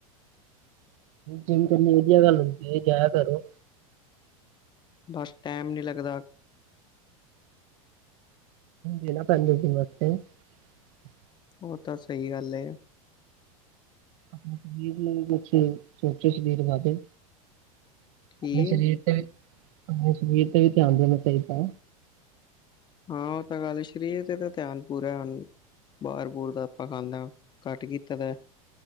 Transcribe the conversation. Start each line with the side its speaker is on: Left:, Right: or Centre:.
Right: ਜਿਮ ਕਰਨੀ ਵਧੀਆ ਗੱਲ <unintelligible> ਜਾਯਾ ਕਰੋ
Left: ਬਸ ਟੈਮ ਨੀ ਲੱਗਦਾ
Right: ਕ ਨਾ ਪੰਡ ਜੀ ਮਸਤੇ <unintelligible>
Left: ਉਹ ਤਾਂ ਸਹੀ ਗੱਲ ਹੈ
Right: ਆਪਣੇ <unintelligible> ਸਰੀਰ ਨੂੰ ਕੁਛ ਸੋਚੋ ਸਰੀਰ ਵਾਰੇ
Left: ਕੀ
Right: ਆਪਣੇ ਸਰੀਰ ਤੇ ਵੀ ਆਪਣੇ ਸਰੀਰ ਤੇ ਵੀ ਧਿਆਨ ਦੇਣਾ ਚਾਹੀਦਾ
Left: ਹਾਂ ਉਹ ਤਾਂ ਗੱਲ ਸ੍ਰੀ ਤੇ ਤਾਂ ਧਿਆਨ ਪੂਰਾ ਹੁ ਬਾਹਰ ਬਰ ਦਾ ਆਪਾਂ ਖਾਂਦਾ ਘੱਟ ਕੀਤਾ ਦਾ